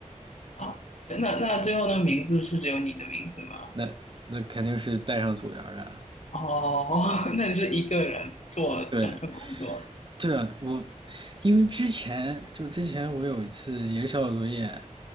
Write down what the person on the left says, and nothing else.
好，那那最后那个名字是只有你的名字吗？
哦，<laughs> 那你是一个人做整份工作的，